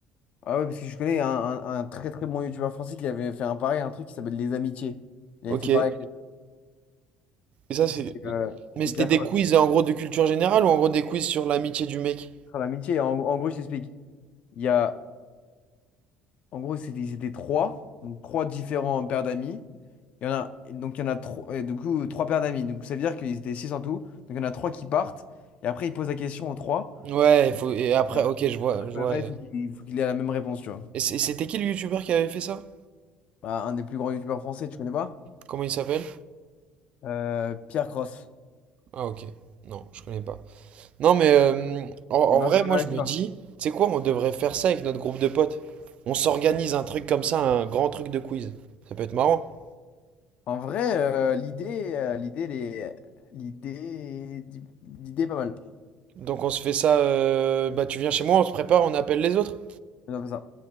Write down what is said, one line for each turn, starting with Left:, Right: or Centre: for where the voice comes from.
Left: Ah ouais, parce que je connais un, un- un très très bon youtubeur français qui avait fait un pareil, un truc qui s'appelle Les Amitiés. Il
Right: Ok.
Left: avait fait
Right: Et
Left: pareil.
Right: ça, c'est.
Left: C'était euh, c'était
Right: Mais c'était
Left: Pierre
Right: des
Left: Croc
Right: quiz, en gros, de culture générale ou en gros des quiz sur l'amitié du mec?
Left: Sur l'amitié, en, en gros, je t'explique. Il y a. En gros, c'était, ils étaient trois. Donc trois différents paires d'amis. Il y en a. Donc il y en a trois. euh, Du coup, trois paires d'amis. Donc ça veut dire qu'ils étaient six en tout. Donc il y en a trois qui partent. Et après, ils posent la question aux trois.
Right: Ouais, il faut... et après,
Left: Alors,
Right: ok, je vois,
Left: Après,
Right: je vois. euh.
Left: il faut qu'il faut qu'il ait la même réponse, tu vois.
Right: Et c'est- c'était qui le youtubeur qui avait fait ça?
Left: Bah, un des plus grands youtubeurs français, tu connais pas?
Right: Comment il s'appelle?
Left: Euh, Pierre Cross.
Right: Ah, ok. Non, je connais pas. Non, mais euh, en, en
Left: Et En Benjamin
Right: vrai, moi, je
Left: Vaca.
Right: me dis, tu sais quoi, on devrait faire ça avec notre groupe de potes. On s'organise un truc comme ça, un grand truc de quiz. Ça peut être marrant.
Left: en vrai, euh, l'idée, euh, l'idée, elle est- l'idée, l'idée est pas mal.
Right: Donc, on se fait ça, euh, bah, tu viens chez moi, on se prépare, on appelle les autres.
Left: Faisons ça.